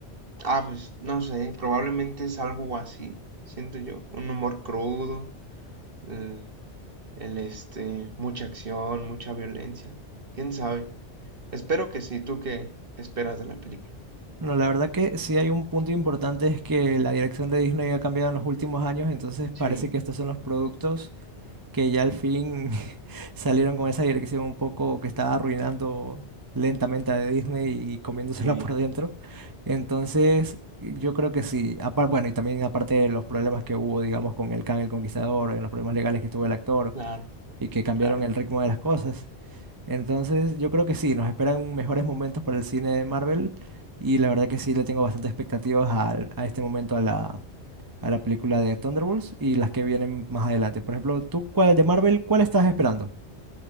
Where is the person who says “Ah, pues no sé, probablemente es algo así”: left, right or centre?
Right